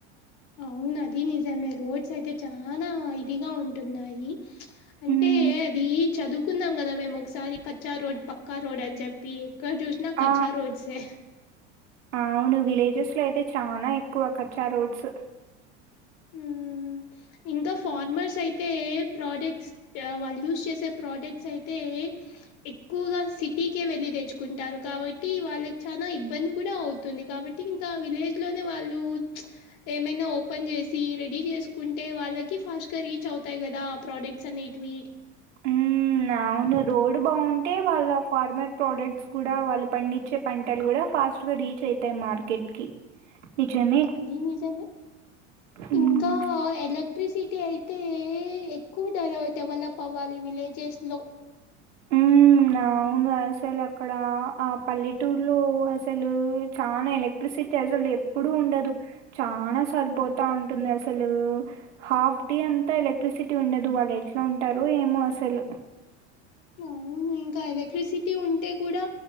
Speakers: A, on the left (about 60°); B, on the right (about 80°).
A: అవునది నిజమే రోడ్స్ అయితే చాలా ఇదిగా ఉంటున్నాయి అంటే
B: మ్మ్.
A: తే అది చదువుకున్నాం కదా మేము ఒకసారి కచ్చా రోడ్ పక్కా రోడ్ అని చెప్పి క్కడ జూసిన కచ్చా
B: ఆ
A: రోడ్సే
B: అవును విలేజెస్ లో అయితే చాలా ఎక్కువ కచ్చా రోడ్స్
A: హ్మ్. ఇంకా ఫార్మర్స్ అయితే ప్రోడక్ట్స్ ఆ వాళ్ళు యూస్ చేసే ప్రోడక్ట్స్ అయితే ఎక్కువగా సిటీకే వెళ్లి తెచ్చుకుంటారు కాబట్టి వాళ్ళకి చానా ఇబ్బంది కూడా అవుతుంది కాబట్ ట్టి ఇంకా విలేజ్ లోనే వాళ్ళు ఏమైన ఓపెన్ జెస్ సి రెడీ చేసుకుంటే వాళ్ళకి ఫాస్ట్ గ రీచ్ అవుతాయి గదా ఆ ప్రోడక్ట్స్ అనేటివి
B: ఉమ్ అవును రోడ్ బావుంటే వాళ్ళ ఫార్మర్ ప్రోడక్ట్స్ కూడా వాళ్ళు పండిచ్చే పంటలు కూడా ఫాస్ట్ గా రీచ్ అయితయి మార్కెట్ కి నిజమే
A: అదీ నిజమే
B: హ్మ్.
A: ఇంకా ఎలక్ క్ట్రిసిటీ అయితే ఎక్కువ డెవ డెవలప్ అవ్వాలి విలేజెస్ లో
B: ఉమ్ ఉమ్ అవును అసలక్కడా ఆ పల్లెటూరులో అసలు చానా ఎలక్ట్రిసిట్ టి అసలు ఎప్పుడూ ఉండదు చానా సార్లు పోతా ఉంటుందసలూ హాఫ్ డే అంతా ఎలక్ట్రిసిటీ ఉండదు వాళ్ళక్ ట్లా ఉంటరు ఏమో అసలు
A: అవును ఇంకా ఎలక్ట్రిసిటీ ఉంటే గూడా